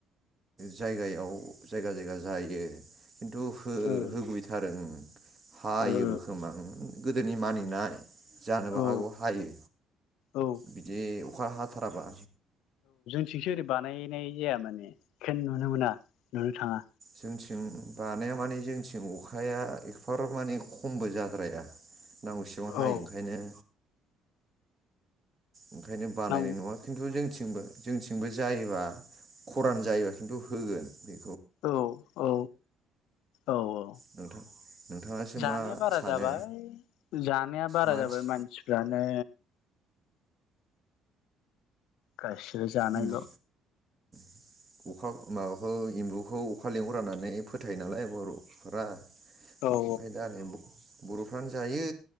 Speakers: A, on the right; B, on the left.
A: जायगायाव जायगा जायगा जायो। खिन्थु हो
B: ओ
A: होफैथारो ओ। हायोबो
B: ओ
A: खोमा उम। गोदोनि मानिनाय जानोबो
B: औ
A: हागौ हायो
B: औ
A: बिदि अखा हाथाराबा
B: सिंसो ओरै बानायनाय जाया माने खेन नुनो मोना। नुनो थाङा
A: जोंथिं बानाया माने जोंथिं अखाया एकफाराब माने खमबो जाद्राया नांगौसेबां हायो
B: औ
A: ओंखायनो ओंखायनो बानायनाय
B: नांगौ
A: नङा खिन्थु जों थिंबो जोंथिंबो जायोबा खरान जायो खिन्थु होगोन बे
B: औ औ औ औ
A: नोंथां नोंथाङासो
B: जानाया
A: मा
B: बारा
A: सानो
B: जाबाय जानाया बारा
A: मानसि
B: जाबाय मानसिफ्रानो गासिबो जानायल'
A: एम्बु अखा माबाखौ इम्बुखौ अखा लेंहरा होननानै फोथाय नालाय बर'फोरा
B: औ
A: मायदा <unintelligible> बर'फ्रानो जायो